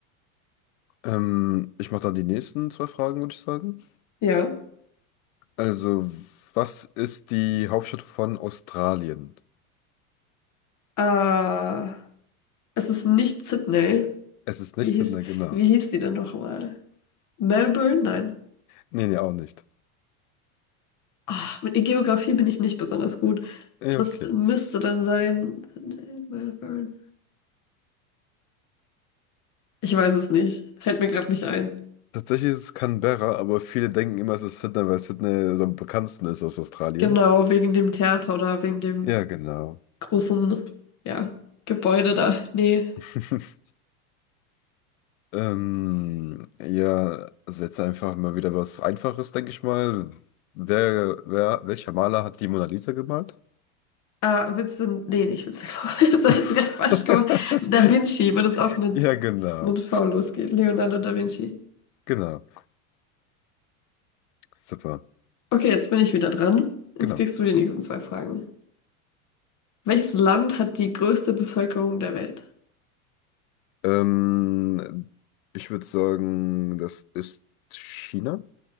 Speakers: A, on the left (about 75°); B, on the left (about 45°).
A: Ähm, ich mache dann die nächsten zwei Fragen, würde ich sagen.
B: Ja.
A: Also, was ist die Hauptstadt von Australien?
B: Äh, es ist nicht Sydney.
A: Es ist nicht
B: Wie hieß,
A: Sydney, genau.
B: wie hieß die denn nochmal? Melbourne? Nein.
A: Nee, nee, auch nicht.
B: Ah, mit in Geografie bin ich nicht besonders gut.
A: Eh,
B: Das
A: okay.
B: müsste dann sein. nee, Melbourne. Ich weiß es nicht. Fällt mir gerade nicht ein.
A: Tatsächlich ist es Canberra, aber viele denken immer, es ist Sydney, weil Sydney so am bekanntesten ist aus Australien.
B: Genau, wegen dem Theater oder wegen dem
A: Ja, genau.
B: großen, ja, Gebäude da. Nee.
A: <laughs> Ähm, ja, also jetzt einfach mal wieder was Einfaches, denke ich mal. Wer, wer, welcher Maler hat die Mona Lisa gemalt?
B: Ah, Vincent. Nee, nicht Vincent. <laughs> Jetzt habe
A: <laughs>
B: ich es direkt falsch gemacht. Da Vinci, wenn es auch mit,
A: Ja, genau.
B: mit V losgeht. Leonardo da Vinci.
A: Genau. Super.
B: Okay, jetzt bin ich wieder dran. Jetzt
A: Genau.
B: kriegst du die nächsten zwei Fragen. Welches Land hat die größte Bevölkerung der Welt?
A: Ähm, ich würde sagen, das ist China?